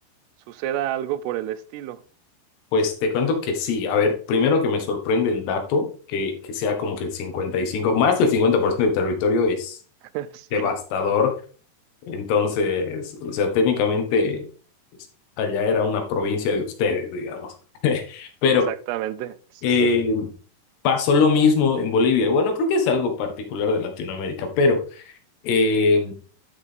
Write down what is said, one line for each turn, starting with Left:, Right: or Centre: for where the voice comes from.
Right: suceda algo por el estilo.
Left: Pues te cuento que sí. A ver, primero que me sorprende el dato, que, que sea como que el 55, más del 50% del territorio es
Right: <laughs> Sí,
Left: devastador. Entonces, o sea, técnicamente pues, allá era una provincia de ustedes, digamos. <laughs> Pero
Right: exactamente.
Left: eh,
Right: Sí,
Left: pasó lo mismo en Bolivia. Bueno, creo que es algo particular de Latinoamérica, pero... eh,